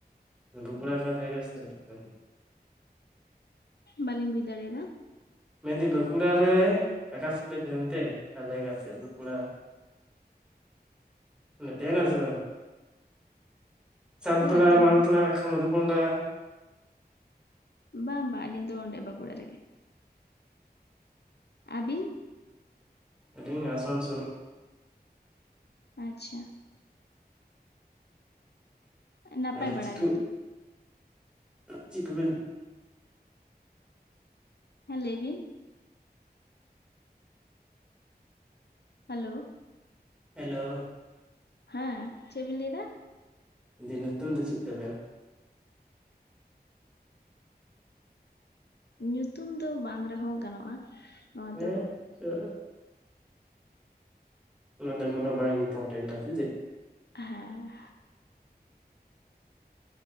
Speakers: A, in the centre; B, on the left.
A: ᱵᱩᱜᱩᱲᱟ ᱚᱠᱟ ᱡᱟᱭᱜᱟ ᱥᱮᱫ ᱨᱮ <unintelligible>
B: ᱵᱟᱹᱞᱤᱧ ᱵᱩᱡᱽ ᱫᱟᱲᱮᱭᱟᱫᱟ
A: ᱢᱮᱱᱫᱟᱹᱧ ᱵᱟᱸᱠᱩᱲᱟ ᱨᱮ ᱟᱠᱟᱥᱮᱫ ᱯᱮ ᱛᱟᱦᱮᱱ ᱛᱮ ᱚᱠᱟ ᱡᱟᱭᱜᱟ ᱥᱮᱫ ᱵᱟᱸᱠᱩᱲᱟ ᱚᱱᱰᱮ ᱛᱟᱦᱮᱱᱟᱢ ᱥᱮ ᱵᱟᱝ ᱥᱟᱞᱛᱳᱲᱟ
B: ᱦᱳᱭ ᱛᱟᱦᱮᱱ
A: ᱢᱟᱞᱛᱳᱲᱟ ᱢᱚᱫᱷᱩᱠᱩᱱᱰᱟ
B: ᱵᱟᱝ ᱵᱟ ᱟᱹᱞᱤᱧ ᱫᱚ ᱚᱸᱰᱮ ᱵᱟᱸᱠᱩᱲᱟ ᱨᱮᱜᱮ ᱟᱹᱵᱤᱱ
A: ᱟᱞᱤᱧ ᱟᱥᱟᱱᱥᱳᱞ
B: ᱟᱪᱪᱷᱟ ᱱᱟᱯᱟᱭ
A: ᱛᱟᱦᱞᱮ
B: ᱵᱟᱲᱟ
A: ᱪᱤᱠᱟᱹᱜ
B: ᱜᱮᱛᱚ
A: ᱪᱤᱜ ᱠᱚᱵᱮᱱ
B: ᱦᱮᱸ ᱞᱟᱹᱭ ᱵᱤᱱ ᱦᱮᱞᱳ
A: ᱦᱮᱞᱳ
B: ᱦᱮᱸ ᱪᱮᱫ ᱵᱤᱱ ᱞᱟᱹᱭ ᱫᱟ
A: ᱡᱮ ᱧᱩᱛᱩᱢ ᱫᱚ ᱪᱮᱫ ᱛᱟᱵᱮᱱ
B: ᱧᱩᱛᱩᱢ ᱫᱚ ᱵᱟᱝ ᱨᱮᱦᱚᱸ ᱜᱟᱱᱚᱜᱼᱟ ᱱᱚᱣᱟ
A: <unintelligible>
B: ᱫᱚ
A: ᱚᱱᱟᱫᱚ ᱠᱚᱱᱚ ᱵᱟᱭ ᱤᱢᱯᱳᱴᱮᱱᱴ ᱟ ᱥᱮ ᱪᱮᱫ
B: ᱦᱮᱸ